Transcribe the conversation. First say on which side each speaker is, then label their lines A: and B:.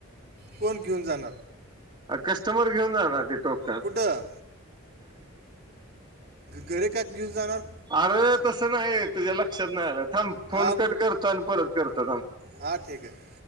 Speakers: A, on the right; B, on the right.
A: कोण घेऊन जाणार?
B: कस्टमर घेऊन जाणार ते टोक
A: कुठं घरी का घेऊन जाणार?
B: अरे तसं नाही तुझ्या लक्षात नाही आलं थांब फोन
A: हा
B: कट करतो आणि परत करतो थांब.
A: हा ठीक आहे.